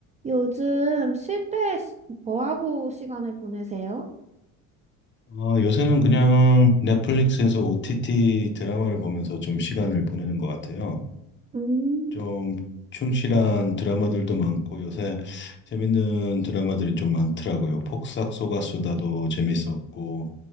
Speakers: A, on the right; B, on the left.
A: 요즘 쉴 때 뭐 하고 시간을 보내세요?
B: 아, 요새는 그냥 넷플릭스에서 OTT 드라마를 보면서 좀 시간을 보내는 것 같아요.
A: 음.
B: 좀 충실한 드라마들도 많고 요새 재밌는 드라마들이 좀 많더라고요. 폭싹 속았수다도 재밌었고,